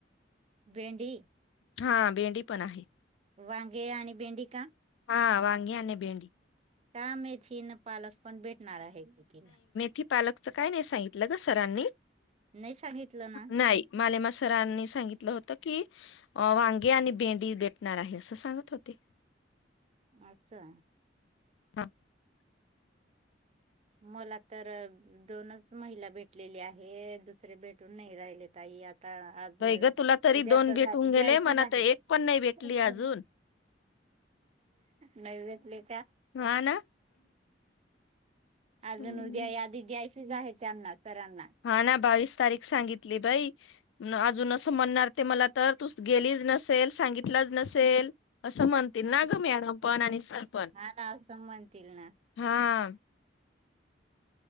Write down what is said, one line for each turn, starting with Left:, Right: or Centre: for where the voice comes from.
Right: भेंडी?
Left: हा भेंडी पण आहे.
Right: वांगे आणि भेंडिका?
Left: हा वांगी आणि भेंडी.
Right: का मेथी आणि पालक पण भेटणार आहे की तिला.
Left: ते पालकच काय नाही सांगितलं ग सरांनी,
Right: नाही सांगितलं ना
Left: नाही. मालेमा सरांनी सांगितलं होतं की, अ वांगे आणि भेंडी भेटणार आहे असं सांगत होते.
Right: अच्छा
Left: <unintelligible>
Right: मला तर दोनच महिला भेटलेली आहे, दुसरे भेटून नाही राहिले ताई यात. आता आज
Left: बाई ग तुला तरी
Right: उद्या
Left: दोन
Right: तर
Left: भेटून गेले
Right: द्यायचीच
Left: मला
Right: आहे,
Left: तर एक पण नाही भेटली
Right: कोणाचं
Left: अजून
Right: टारगेट. नाही भेटले का.
Left: हा ना
Right: अजून
Left: हम्म.
Right: उद्या यादी द्यायचीच आहे त्यांना सरांना.
Left: हा, ना. बावीस तारीख सांगितली बाई. म अजून असं म्हणणार ते मला तर तू गेलीच नसेल, सांगितलंच नसेल असं म्हणतील ना, ग मॅडम पण आणि सर पण.
Right: हा ना असं म्हणतील ना
Left: हा...